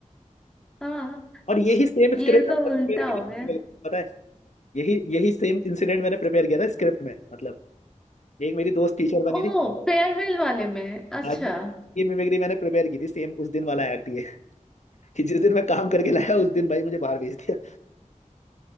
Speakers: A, in the centre; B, on the left (about 60°).
A: हाँ
B: और यही सेम
A: ये
B: स्क्रिप्ट
A: तो
B: आपने
A: उल्टा
B: प्रिपेयर
A: हो
B: की थी
A: गया
B: मेरे को पता है यही यही सेम इंसिडेंट मैंने प्रिपेयर किया था स्क्रिप्ट में मतलब एक मेरी दोस्त टीचर बनी
A: ओह
B: थी
A: फेयरवेल वाले में अच्छा
B: आज भी ये मिमिक्री मैंने प्रिपेयर की थी सेम उस दिन वाला एक्ट ये कि जिस दिन मैं काम करके लाया उस दिन भाई मुझे बाहर भेज दिया